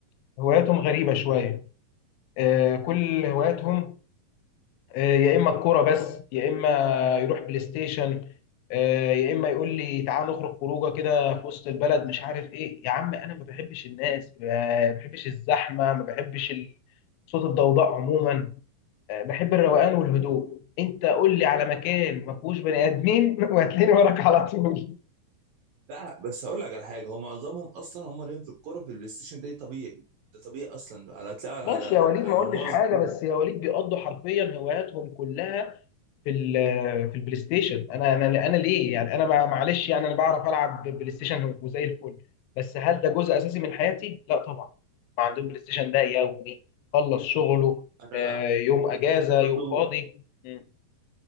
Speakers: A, on the left (about 85°); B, on the right (about 70°).
A: هواياتهم غريبه شويه آه، كل هواياتهم آه، يا اما الكوره بس يا اما يروح بلاي ستيشن آه، يا اما يقول لي تعال نخرج خروجه كده في وسط البلد مش عارف ايه يا عم انا ما بحبش الناس ما بحبش الزحمه ما بحبش ال- صوت الضوضاء عموما آه، بحب الروقان والهدوء انت قول لي على مكان ما فيهوش بني ادمين <laughs> وهتلاقيني وراك على طول
B: لا بس هقول لك على حاجه هو معظمهم اصلا هم ليهم في الكوره في البلاي ستيشن ده طبيعي ده طبيعي اصلا على هتلاقي
A: ماشي
B: على
A: يا وليد
B: على
A: ما
B: المعظم
A: قلتش حاجه
B: كده
A: بس يا وليد بيقضوا حرفيا هواياتهم كلها في ال <laughs> في البلاي ستيشن انا انا انا ليه يعني انا مع- معلش يعني انا بعرف العب بلاي ستيشن وزي الفل بس هل ده جزء اساسي من حياتي لا طبعا ما عندهم بلاي ستيشن ده يومي خلص شغله
B: انا
A: آه، يوم اجازه
B: انا برضو
A: يوم فاضي مم.